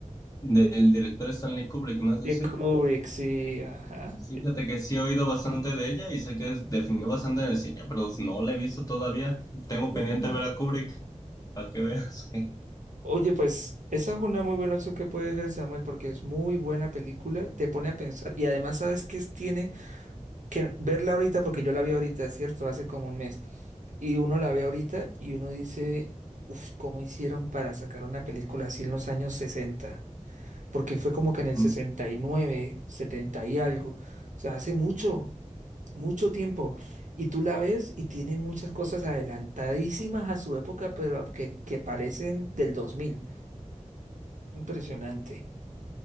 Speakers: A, on the left (about 30°); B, on the right (about 80°).
A: del director Stanley Kubrick, ¿no es así?
B: De Kubrick, sí, ajá.
A: Fíjate que sí he oído bastante de ella y sé que es- definió bastante en el cine, pero no la he visto todavía. Tengo pendiente
B: Mm.
A: ver a Kubrick para que veas.
B: Oye, pues esa es una muy buena opción que puedes ver, Samuel, porque es muy buena película, te pone a pensar y además sabes que es- tiene que verla ahorita, porque yo la vi ahorita, ¿cierto? Hace como un mes. Y uno la ve ahorita y uno dice, uff, ¿cómo hicieron para sacar una película así en los años 60? Porque fue como que en el
A: <laughs>
B: 69, 70 y algo. O sea, hace mucho, mucho tiempo. Y tú la ves y tiene muchas cosas adelantadísimas a su época, pero que, que parecen del 2000. Impresionante.